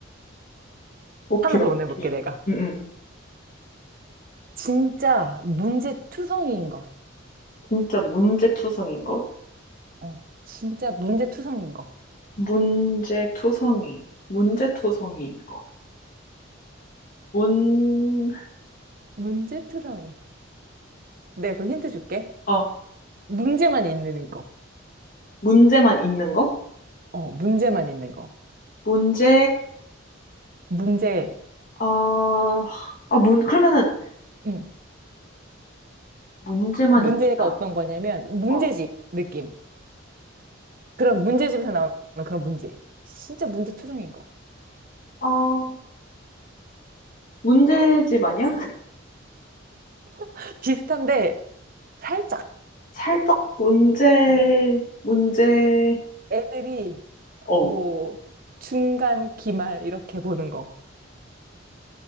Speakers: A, on the left; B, on the right.
A: 오케이,
B: 하나 더
A: 오케이.
B: 보내볼게, 내가.
A: 응, 응.
B: 진짜 문제투성이인 것.
A: 진짜 문제투성인 것?
B: 어, 진짜 문제투성이인 거.
A: 문제투성이, 문제투성이인 것. 문,
B: 문제투성이. 네, 그럼 힌트 줄게.
A: 어,
B: 문제만 있는 거.
A: 문제만 있는 거?
B: 어, 문제만 있는 거.
A: 문제,
B: 문제,
A: 어, 아, 문, 그러면은
B: 음
A: 문제만
B: 문제가
A: 있다.
B: 어떤 거냐면, 문제집
A: 어,
B: 느낌. 그런 문제집에서 나오는 그런 문제. 진짜 문제투성이인 거.
A: 어, 문제집 아니야?
B: <laughs> 비슷한데, 살짝.
A: 살떡 문제,
B: 어.
A: 문제,
B: 애들이
A: 어,
B: 뭐 중간 기말 이렇게 보는 거